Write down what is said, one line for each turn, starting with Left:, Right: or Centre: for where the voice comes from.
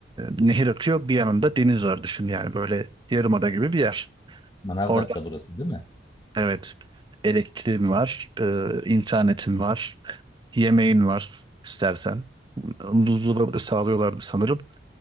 Right: nehir akıyor bir yanında deniz var düşün yani böyle yarımada gibi bir yer.
Left: Manavgat'ta
Right: Orada
Left: burası değil mi?
Right: evet elektriğin var, e, internetin var, yemeğin var istersen. Buzdolabı da sağlıyorlardı sanırım.